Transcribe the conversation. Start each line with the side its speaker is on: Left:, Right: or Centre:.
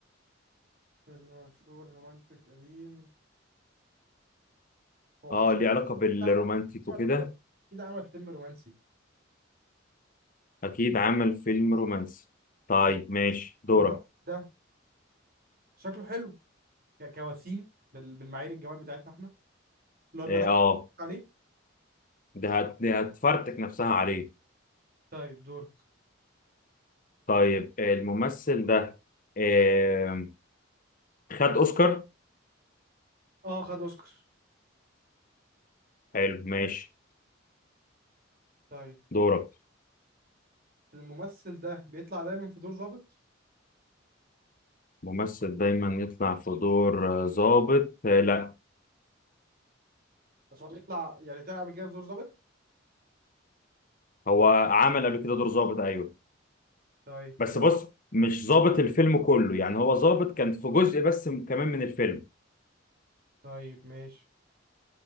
Right: فيلم مشهور رومانتك قديم هو
Left: اه
Right: اعتقد
Left: ليه علاقة بالرومانتك
Right: عمل عمل
Left: وكده
Right: افلام اكيد عمل فيلم رومانسي
Left: اكيد عمل فيلم رومانسي طيب
Right: طيب
Left: ماشي دورك
Right: الممثل ده شكله حلو ك- كوسيم بال- بالمعايير الجمال بتاعتنا احنا اللي هو البنات
Left: اه آه،
Right: عليه
Left: ده هت- ده هتفرتك نفسها عليه
Right: طيب دورك
Left: طيب آه، الممثل ده آه، خد اوسكار
Right: اه خد اوسكار
Left: حلو ماشي
Right: طيب
Left: دورك
Right: الممثل ده بيطلع دايما في دور ظابط
Left: ممثل دايما يطلع في دور آه، ظابط آه، لا
Right: بس هو بيطلع يعني طلع قبل كده في دور ظابط
Left: هو عمل قبل كده دور ظابط ايوه
Right: طيب
Left: بس
Right: يلا
Left: بص مش ظابط الفيلم كله يعني هو ظابط كان في جزء بس م- كمان من الفيلم
Right: طيب ماشي